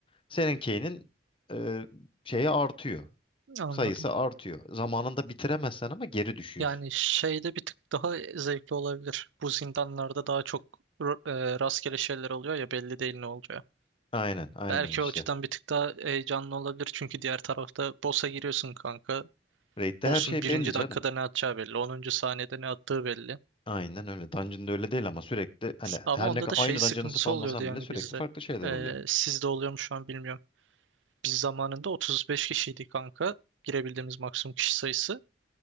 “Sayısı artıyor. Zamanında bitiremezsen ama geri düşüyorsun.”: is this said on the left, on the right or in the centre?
Left